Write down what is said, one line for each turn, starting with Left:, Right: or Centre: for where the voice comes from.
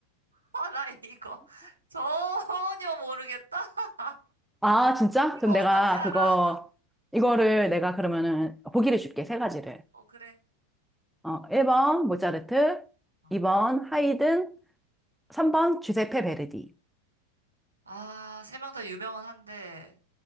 Right: 아, 나 이거 <laughs> 전혀 모르겠다. <laughs>
Centre: 아, 진짜?
Right: 이거
Centre: 그럼 내가
Right: 어떻게 알아?
Centre: 그거,
Right: <laughs>
Centre: 이거를 내가 그러면은 보기를
Right: 어,
Centre: 줄게, 세 가지를.
Right: 어, 그래.
Centre: 어, 1번 모차르트,
Right: 어.
Centre: 2번 하이든, 3번 주세페 베르디.
Right: 아, 세 명 다 유명은 한데.